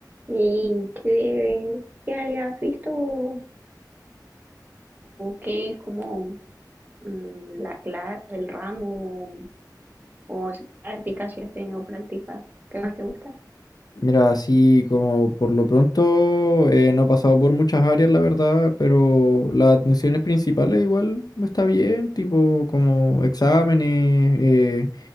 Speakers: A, on the right (about 25°); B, on the left (about 60°).
A: ¿Y qué, qué área has visto o, qué es como mm, la cla- el ramo o si prácticas si has tenido prácticas? ¿Qué más te gusta?
B: Mira, así como por lo pronto eh, no he pasado por muchas áreas, la verdad, pero las atenciones principales igual está bien, tipo como exámenes, eh,